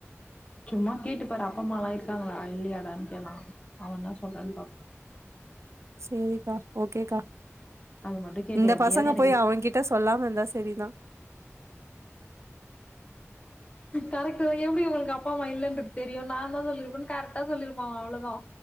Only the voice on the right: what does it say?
சேரிக்கா ஓகேக்கா
இந்த
பசங்க
போய் அவன் கிட் ட சொல்லாம இருந்தா சேரிதா